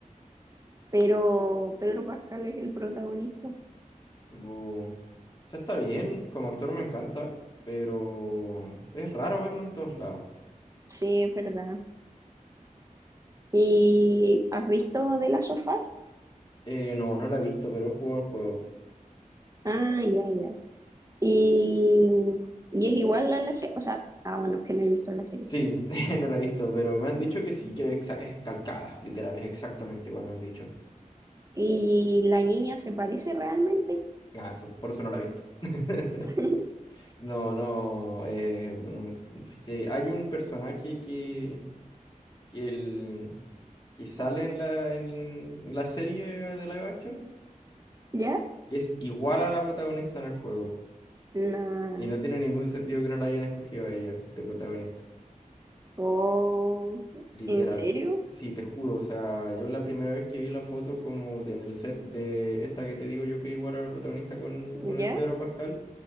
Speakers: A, on the right (about 25°); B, on the left (about 35°).
A: Pero Pedro Pascal es el protagonista.
B: Bu- O sea, está bien, como actor me encanta, pero es raro verlo en todos lados.
A: Sí, es verdad. ¿Y has visto de las sofás?
B: Eh, no, no lo he visto, pero he jugado el juego.
A: Ah, ya, ya. Y, y es igual a la serie, o sea, ah, bueno, es que no he visto la serie.
B: Sí, <laughs> no la he visto, pero me han dicho que sí, que exa- es calcada, literal, es exactamente igual, me han dicho.
A: Y la niña se parece realmente.
B: Ah, eso- por eso no la he visto. <laughs>
A: <laughs>
B: No, no, eh, no, es que hay un personaje que, que, el- que sale en la, en la serie de live action
A: ¿Ya?
B: que es igual a la protagonista en el juego.
A: No.
B: Y no tiene ningún sentido que no la hayan escogido a ella de protagonista.
A: Oh,
B: Literal.
A: ¿en serio?
B: Sí, te juro. O sea, yo la primera vez que vi la foto como de- en el set de esta que te digo yo que igual era el protagonista con,
A: ¿Ya?
B: con el Pedro Pascal,